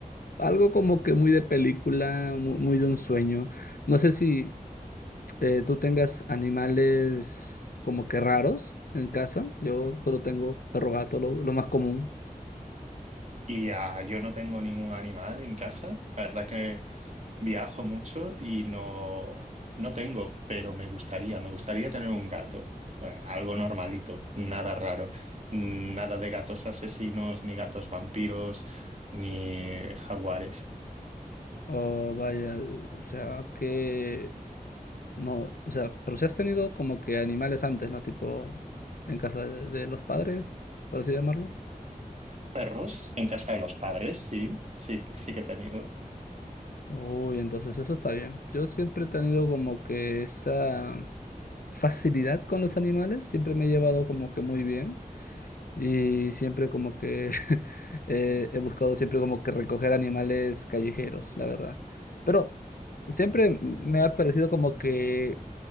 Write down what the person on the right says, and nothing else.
Y ah, yo no tengo ningún animal en casa. La verdad que Viajo mucho y no, no tengo, pero me gustaría, me gustaría tener un gato, Eh, algo normalito, nada raro, nada de gatos asesinos, ni gatos vampiros, ni jaguares.
Perros en casa de los padres, sí, sí, sí que he tenido.